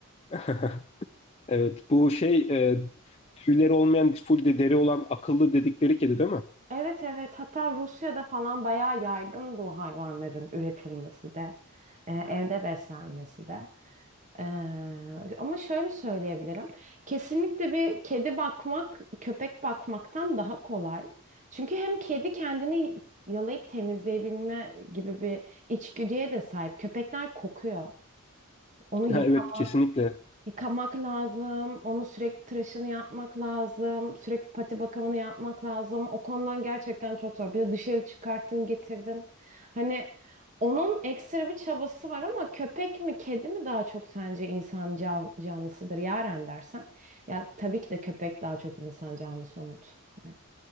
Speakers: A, on the left; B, on the right.
A: <laughs> Evet bu şey e, tüyleri olmayan full de deri olan akıllı dedikleri kedi değil mi? <laughs>
B: Evet evet hatta Rusya'da falan bayağı yaygın bu hayvanların üretilmesi de e, evde beslenmesi de. E, ama şöyle söyleyebilirim. Kesinlikle bir kedi bakmak köpek bakmaktan daha kolay. Çünkü hem kedi kendini yalayıp temizleyebilme gibi bir içgüdüye de sahip. Köpekler kokuyor. Onu yıkamak,
A: Ha, evet kesinlikle.
B: Yıkamak lazım, onu sürekli tıraşını yapmak lazım, sürekli pati bakımını yapmak lazım. O konudan gerçekten çok zor. Bir de dışarı çıkarttın, getirdin. Hani onun ekstra bir çabası var ama köpek mi, kedi mi daha çok sence insan can, canlısıdır Yaren dersen? Ya tabii ki de köpek daha çok insan canlısı Umut. Yani